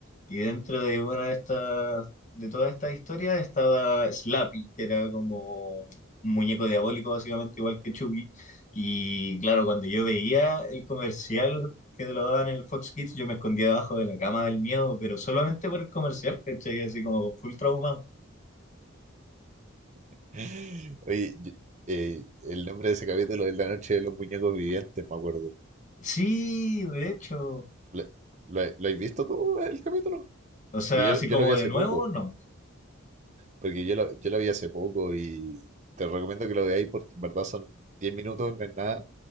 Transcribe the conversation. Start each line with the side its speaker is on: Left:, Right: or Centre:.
Left: Y dentro de una de estas, de todas estas historias estaba Slappy, que era como un muñeco diabólico, básicamente igual que Chucky. Y claro, cuando yo veía el comercial, que te lo daban en el Fox Kids, yo me escondía debajo de la cama del miedo, pero solamente por el comercial, ¿cachai? Así como full traumado.
Right: <laughs> Oye, yo- eh, el nombre de ese capítulo es La Noche de los Muñecos Vivientes, me acuerdo.
Left: Sí, de hecho.
Right: ¿Lo, lo, lo has visto tú el capítulo?
Left: O sea,
Right: Porque Yo,
Left: así
Right: yo
Left: como
Right: lo vi hace
Left: de nuevo,
Right: poco,
Left: no.
Right: porque yo lo, yo lo vi hace poco y te recomiendo que lo veáis porque en verdad son 10 minutos, no es nada,